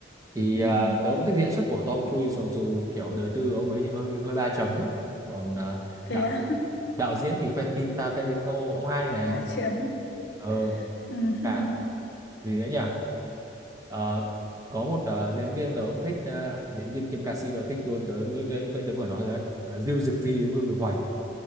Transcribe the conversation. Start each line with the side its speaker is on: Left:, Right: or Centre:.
Right: Thì
Left: Ừm,
Right: ờ, tớ cũng thích diễn xuất của Tom Cruise mặc dù kiểu đời tư của ông ấy thì hơi hơi ba chấm đấy. Còn ờ,
Left: thế
Right: đạo
Left: à?
Right: đạo diễn thì Quentin Tarantino cũng hay này
Left: <laughs> bà Trâm
Right: ờ
Left: Ừm, <laughs>
Right: cả gì nữa nhỉ Ờ, có một ờ, diễn viên tớ cũng thích ờ, diễn viên kiêm ca sĩ tớ thích luôn tớ như cái cái tớ vừa nói rồi đấy Ờ, Lưu Dực Phi với Vương Lực Hoành